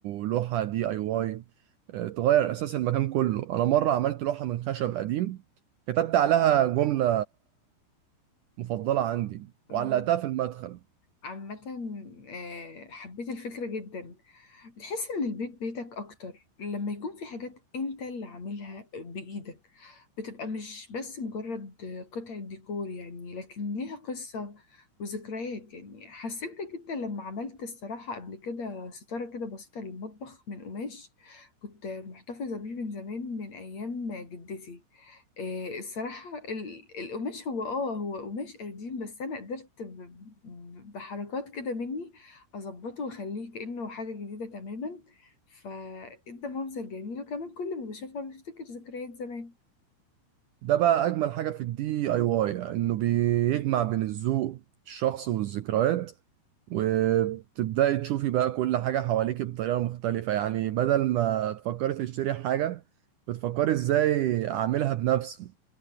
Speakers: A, on the right; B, on the left.
A: لوحه دي اي واي آه، تغير اساس المكان كله انا مره عملت لوحه من خشب قديم كتبت عليها جمله مفضلة عندي
B: آه.
A: وعلقتها في المدخل
B: عامة آه، حبيت الفكرة جدا بتحس إن البيت بيتك أكتر لما يكون في حاجات أنت اللي عاملها بإيدك بتبقى مش بس مجرد قطعة ديكور يعني لكن ليها قصة وذكريات يعني حسيت ده جدا لما عملت الصراحة قبل كده ستارة كده بسيطة للمطبخ من قماش كنت محتفظة بيه من زمان من أيام جدتي إيه الصراحة ال- القماش هو اه هو قماش قديم بس أنا قدرت ب- ب- بحركات كده مني أظبطه وأخليه كأنه حاجة جديدة تماما فإدى منظر جميل وكمان كل ما بشوفها بفتكر ذكريات زمان
A: ده بقى أجمل حاجة في الدي أي واي إنه بيجمع بين الذوق الشخص والذكريات وبتبدأي تشوفي بقى كل حاجة حواليك بطريقة مختلفة يعني بدل ما تفكري تشتري حاجة بتفكري إزاي أعملها بنفسي